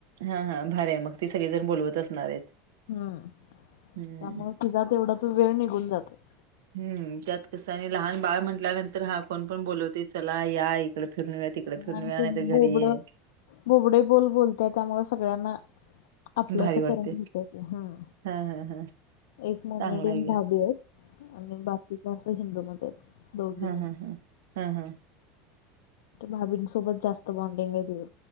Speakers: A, on the right; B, on the left.
A: हा हा भारी आहे मग ती सगळीजण बोलवत असणार आहेत
B: हम्म
A: हं.
B: त्यामु कि जातात तेवढा त वेळ निघून जातो
A: हम् त्यात कसं आणि लहान बाळ म्हटल्यानंतर हा कोण पण बोलवते चला याय तिकडे फिरून तिकडे फिरून
B: आणि
A: आणण्या
B: ते
A: तर
B: बोबड
A: घरी आहे
B: बोबडे बोल बोलत्या त्यामुळे सगळ्यांना आपलं
A: भारी
B: अस
A: वाटते.
B: परण हो हम
A: हां, हां, हां.
B: एक मोमेडियन
A: चांगलं आहे की.
B: भाभी आहेत आणि बाकीकीच असत हिंदू मध्ये दोघी
A: हा
B: जण
A: हा हा हा हा
B: भाभींसोबत जास्त बॉन्डिंग आहे तिथं